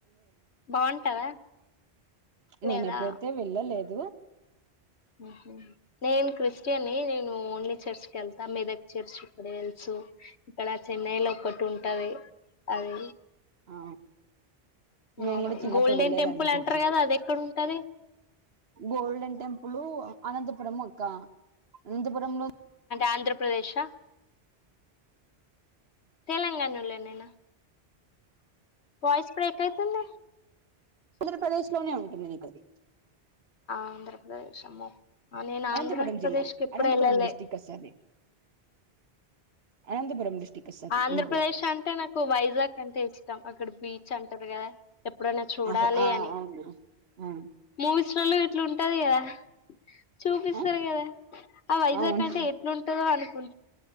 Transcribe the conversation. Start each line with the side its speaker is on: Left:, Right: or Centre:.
Left: బాగుంటదా
Right: నేన
Left: లేదా
Right: ఎప్పుడైతే వెళ్ళలేదు
Left: ఉ నేను క్రిస్టియని న నువ్వు ఓన్లీ చర్చ్ కి వెళ్తా మీ దగ్గర చర్చ్ ఇక్కడ వెలుసు ఇక్కడ చెన్నై లో ఒకటి ఉంటంది అది
Right: ఆ నేను
Left: అవును
Right: కూడా చిన్నప్పుడు
Left: గోల్డెన్
Right: వెళ్ళేదాన్ని
Left: టెంపుల్
Right: చర్చికి
Left: అంటారు కదా అది ఎక్కడ ఉంటది
Right: గోల్డెన్ టెంపుల్ అనంతపురం ఒక అనంతపురంలో
Left: ఆంధ్రప్రదేశ్ తెలంగాణలోనేనా వయిస్ బ్రేక్ అయితుంది
Right: ఆంధ్రప్రదేశ్ లోనే ఉంటుంది నీకు అది
Left: ఆంధ్రప్రదేశ్ అమ్మ నేను
Right: అనంతపురం
Left: ఆంధ్రప్రదేశ్కి
Right: జిల్లా
Left: ఎప్పుడు
Right: అనంతపురం
Left: వెళ్ళాలే
Right: డిస్టిక్ వస్తది అనంతపురం డిస్టిక్ వస్తది
Left: ఆంధ్రప్రదేశ్
Right: నీకు
Left: అంటే నాకు వైజాగ్ అంటే ఇష్టం అక్కడ బీచ్ చె అంట గేర ఎప్పుడైనా చూడాలి
Right: ఆహా ఆ
Left: అని
Right: అవును ఆ
Left: మూవీస్ రాలే ఎం ట్లుంటది కదా చూపిస్తారు
Right: ఆ
Left: కదా ఆ వైజాగ్
Right: అవును
Left: అంటే ఎట్లుంటదో అనుకుం